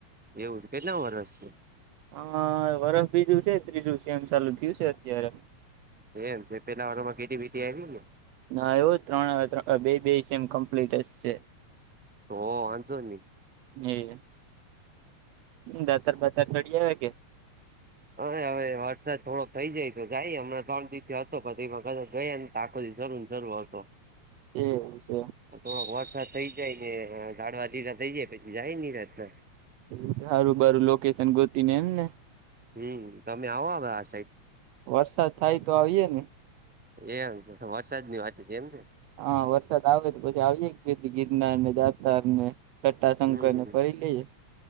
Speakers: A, in the centre; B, on the right.
A: એવું છે કેટલા વર્ષ છે?
B: હા વરહ બીજું છે ત્રીજું સેમ ચાલુ થયું છે અત્યારે.
A: એમ છે પેલાં વરહમાં કેટી બેટી આયવી કે
B: હા આવું જ ત્રણ બે બે સેમ કમ્પ્લીટ જ છે.
A: તો વાંધો ની.
B: <inaudible> દાત બતાર સડીયા કે -
A: હ હવે વરસાદ થોડોક થઇ જાય તો જાય હમને ત્રણ દિવ તો પ એ કર ગઈ ને તાકો જરૂર જરૂર હતો.
B: એવું છે
A: થોડોક વરસાદ થઈ જાય ને જાડવા દીરા થઈ જાય પછી જાય નની રતને
B: એ સારું બારું લોકેશન ગોતી ને એમ ને.
A: હમ્મ તમે આવો હવે આ સાઈડ.
B: વરસાદ થાય તો આવીએે ને.
A: એમ છે વરસાદની વાત છે એમ ને.
B: હા વરસાદ આવે તો પછી આવીએ એક બે દી ગિરનાર ને જાતાાર ને કટાશંકર
A: હમ
B: ને ફરી લઈએ.